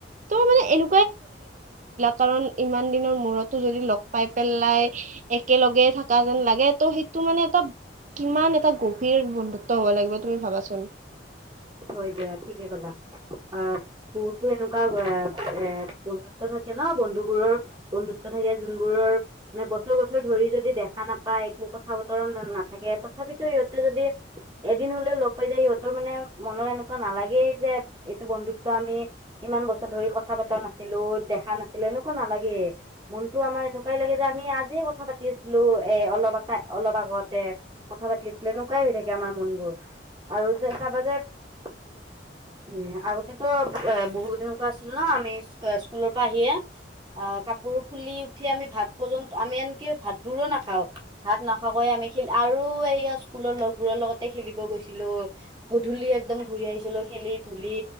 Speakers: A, on the right; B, on the right.
A: তো মানে এনে কাৰণ ইমান দিনৰ মূৰতো যদি লগ পাই পেলাই একেলগে থকা যেন লাগে, তো সেইটো টো মানে এটা- কিমান এটা গভীৰ বন্ধুত্ব হব লাগিব, তুমি ভাবাচোন?
B: হয় দিয়া। ঠিকে কলা। অ' বহুতো এনেকুৱা অ'- অ'- বন্ধুত্বৰ সৈত কে ন' বন্ধুবোৰৰ বন্ধুত্ব থাকে, যোনবোৰৰ মানে বছৰ - বছৰ ধৰি যদি দেখা নাপায়, একো কথা-বতৰা নাথাকে। তথাপিতো ইহঁতে যদি এদিন হ'লেও লগ পাই যায়, ইহঁতৰ মানে মনত এনেকুৱা নালাগেই যে এইটো বন্ধুত্ব আমি ইমান বছৰ ধৰি কথা পতা নাছিলোঁ। দেখা নাছিলে, এনেকুৱা নালাগে। মনতো আমাৰ এনেকুৱাই লাগে যে, আমি আজিয়ে কথা পাতি আছিলোঁ। এ অলপতে- অলপ আগতে কথা পাতি আছিলোঁ। এনেকুৱাই হৈ থাকে আমাৰ মনবোৰ। আৰু যে চাবা যে <inaudible> উম, আগতেতো বহুত এনেকুৱা আছিল ন', আমি স্কু- স্কুলৰ পৰা আহিয়ে কাপোৰ খুলি উঠি, আমি ভাত পৰ্যন্ত- আমি আনকি ভাতবোৰো নাখাওঁ। ভাত নাখাকৈয়ে আমি খি আৰু এইয়া স্কুলৰ লগবোৰৰ লগতে খেলিব গৈছিলোঁ, গধূলি একদম ঘূৰি আহিছিলোঁ খেলি-ধূলি।